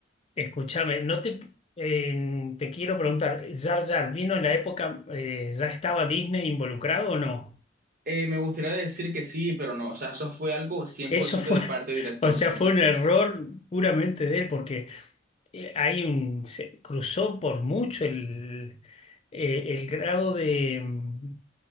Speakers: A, on the left; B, on the right.
A: escúchame, no te, eh, te quiero preguntar, ¿Jar Jar vino en la época, eh, ya estaba Disney involucrado o no?
B: Eh, me gustaría decir que sí, pero no, o sea, eso fue algo cien
A: Eso
B: por ciento
A: fue,
B: de parte
A: <laughs>
B: del director,
A: o sea,
B: sí.
A: fue un error puramente de él, porque eh, hay un, se cruzó por mucho el, eh, el grado de, mm,